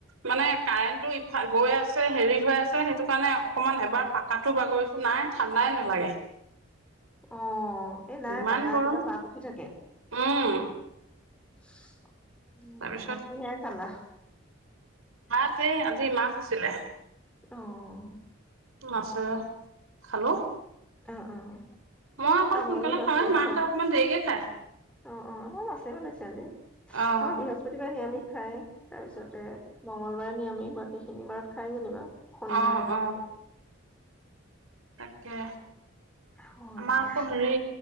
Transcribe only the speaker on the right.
মানে কাৰেণ্টটো ইফাল গৈ আছে হেৰি হৈ আছে। সেইটো কাৰণে অকণমান এবাৰ পাকাটো বাগৰিছো নাই ঠাণ্ডাই নালাগে।
ইমান
গৰম
উম
তাৰপিছত
ভাত এ আজি মাছ আছিলে।
মাছেৰে খালো।
মই অকণ
সোনকালে
খাওঁৱে
মাহঁতে অকমান দেৰিকে খায়
অ
অ অ অ
তাকে
আমাৰ
আকৌ হেৰি